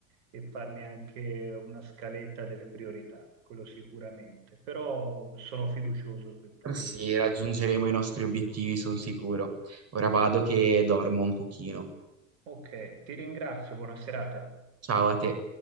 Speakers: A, on the right; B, on the right.
A: e farmi anche una scaletta delle priorità, quello sicuramente, però sono fiducioso per tutti
B: sì,
A: questi.
B: raggiungeremo i nostri obiettivi, sono sicuro. Ora vado che dormo un pochino.
A: Ok, ti ringrazio, buona serata.
B: Ciao a te.